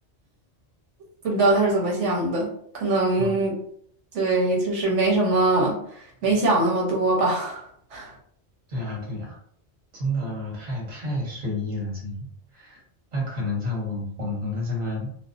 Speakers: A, on the right; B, on the right.
A: 不知道他是怎么想的，可能
B: 嗯，
A: 对，就是没什么，没想那么多吧。<laughs>
B: 对呀，对呀，真的太太随意了这但可能这网网红的这个